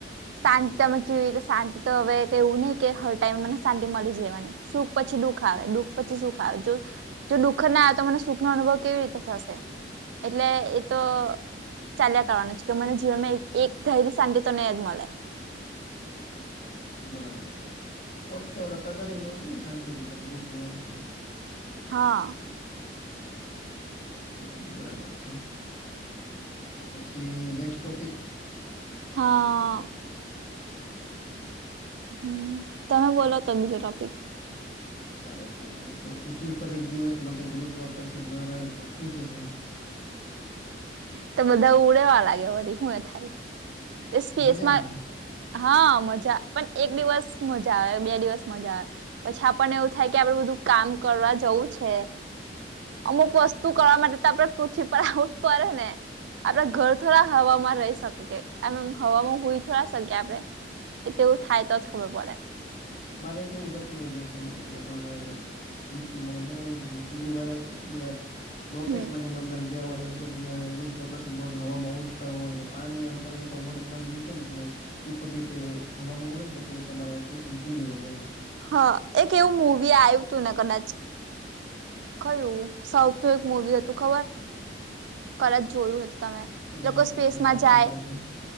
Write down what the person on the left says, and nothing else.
બરાબર છે. તો અત ઓલાં કદર એય નો રહે ને શાંતિ ની, તમને દુઃખ ન આવે તો એમ.
એ પણ છે, બરાબર છે. તો પછી નેક્સ્ટ ટોપિક
ચાલો તો હું, જો પૃથ્વી પર એક દિવસ માટે ગુરુત્વાકર્ષણ ન રહે તો શું થશે?
મજા આવે
મારે કેવુ સપનું હતું એક સમય કેરોલે યુટ્યુબ મને <unintelligible> વિડીયો વાયરલ થઇને બધા રોકેટ
મને અંદર લેવારે ને પછી ન્યા ગુરુત્વાકર્ષણ પણ હવામાં ઉડતા હોય ને પાણી આમ તમે એકવાર બોટલ માંથી મૂકે ને એટલે ટીપ ટીપે હવામાં હોડે ને, પછી એ તમારે ચુસી ને પી લેવાનું એ રીતે
ન
એ તો
કઈ યાદ
નથી આતો